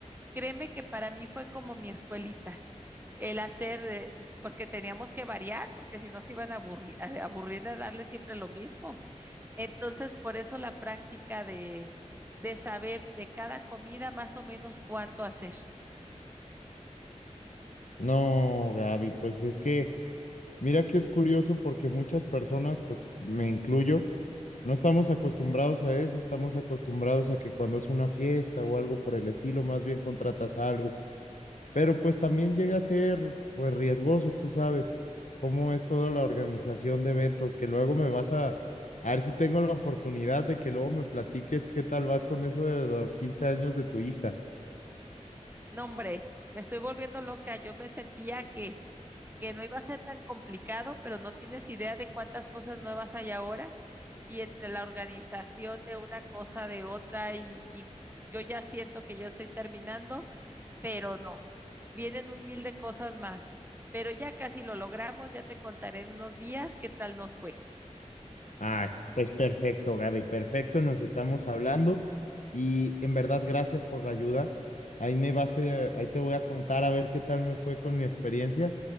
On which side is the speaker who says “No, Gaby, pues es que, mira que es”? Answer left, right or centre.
Left